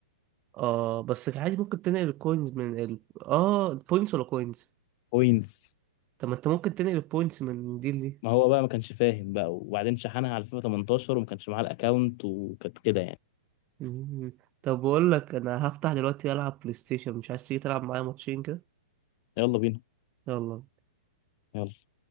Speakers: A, on the right; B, on the left.
A: اه بس عادي ممكن تنقل الكوينز من ال... اه البوينتس ولا كوينز
B: بوينتس
A: طب ما انت ممكن تنقل البوينتس من دي لدي
B: ما هو بقى ما كانش فاهم بقى وبعدين شحنها على فيفا 18 وما كانش معاه الاكونت وكانت كده يعني
A: مم. طب بقول لك انا هفتح دلوقتي العب بلاي ستيشن مش عايز تيجي تلعب معايا ماتشين كده
B: يلا بينا
A: يلا
B: يلا